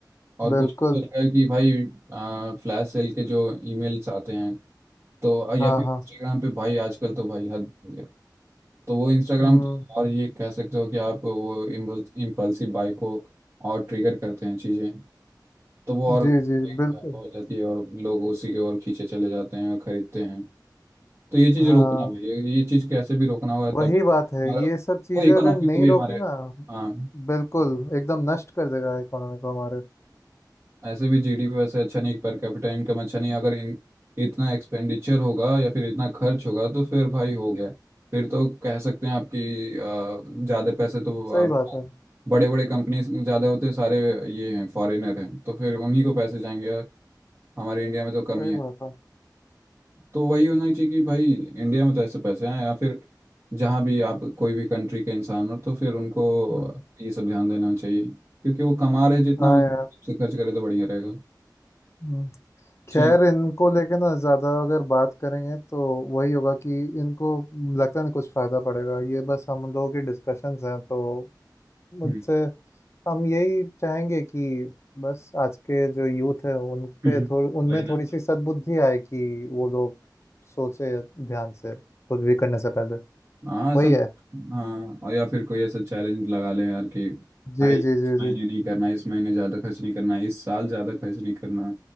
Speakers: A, on the right (about 35°); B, on the left (about 35°).
A: और कुछ
B: बिल्कुल
A: ऐसा है कि भाई फ्लैश सेल के जो ईमेल्स आते हैं तो या
B: हाँ
A: फिर इंस्टाग्राम
B: हाँ
A: पे भाई आजकल तो भाई हद हो गया तो वो इंस्टाग्राम
B: हम्म,
A: और ये कह सकते हो कि आप वो इम्पल्सिव बाई को और ट्रिगर करते हैं चीज़ें तो वो और
B: जी जी जी, बिल्कुल
A: हो जाती है और लोग उसी के ओर खींचे चले जाते हैं और खरीदते हैं तो ये चीज़
B: हाँ
A: रोकना है ये ये चीज़ कैसे भी रोकना होगा
B: वही
A: तभी
B: बात है
A: हमारा
B: ये सब चीजें
A: वो इकोनॉमी
B: अगर नहीं
A: को भी
B: रोकी
A: हमारे
B: ना
A: हाँ
B: बिल्कुल एकदम नष्ट कर देगा इकोनॉमी को हमारे
A: ऐसे भी जीडीपी वैसे अच्छा नहीं पर कैपिटा इनकम अच्छा नहीं अगर इन इतना एक्सपेंडिचर होगा या फिर इतना खर्च होगा तो फिर भाई हो गया फिर तो कह सकते हैं आपकी अ, ज़्यादा पैसे तो
B: सही बात है
A: बड़े बड़े कंपनीज ज़्यादा होते हैं सारे ये हैं फॉरेनर हैं तो फिर उन्हीं को पैसे जाएंगे यार हमारे इंडिया में तो कमी
B: सही
A: है
B: बात है
A: तो वही होना चाहिए कि भाई इंडिया में तो ऐसे पैसे हैं या फिर जहाँ भी आप कोई भी कंट्री के इंसान हो तो फिर उनको
B: हम्म,
A: ये सब ध्यान देना चाहिए क्योंकि वो कमा रहे जितना
B: हाँ
A: उससे
B: यार
A: खर्च करे तो बढ़िया रहेगा
B: हम्म। खैर
A: ठीक
B: इनको लेके ना ज्यादा अगर बात करेंगे तो वही होगा कि इनको लगता नहीं कुछ फायदा पड़ेगा ये बस हम लोगों की डिस्कशंस हैं तो मुझसे
A: हम्म।
B: हम यही चाहेंगे कि बस आज के जो यूथ है उन पे
A: हम्म।
B: थोड़ी उनमें
A: वही ना
B: थोड़ी सी सद्बुद्धि आए कि वो लोग सोचे ध्यान से कुछ भी करने से पहले
A: हाँ सब
B: वही है
A: हाँ और या फिर कोई ऐसा चैलेंज लगा लें यार कि भाई
B: जी
A: इस
B: जी जी
A: महीने
B: जी
A: नहीं करना इस महीने ज़्यादा खर्च नहीं करना इस साल ज़्यादा खर्च नहीं करना